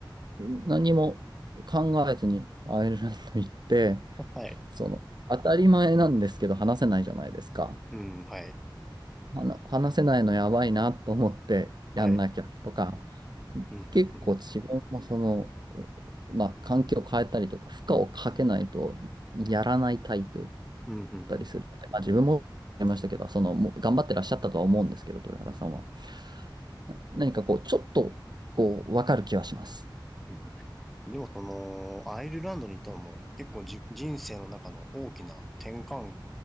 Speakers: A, on the right (about 60°); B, in the centre.
A: 何も考えずにアイルランド行って、
B: はい。
A: その、当たり前なんですけど話せないじゃないですか。
B: うん、はい。
A: はな話せないのやばいなと思ってやんなきゃとか、
B: はい。うん、うん、
A: 結構自分もその、
B: うん。
A: まあ、環境を変えたりとか、負荷をかけないとやらないタイプだっ
B: うん、うん、
A: たりするので、
B: うん。
A: まあ、自分もやりましたけど、その、もう頑張ってらっしゃったとは思うんですけど、豊原さんは。な何かこう、ちょっと、こう、わかる気はします。
B: うんでもその、アイルランドに行ったのも結構じ、人生の中の大きな転換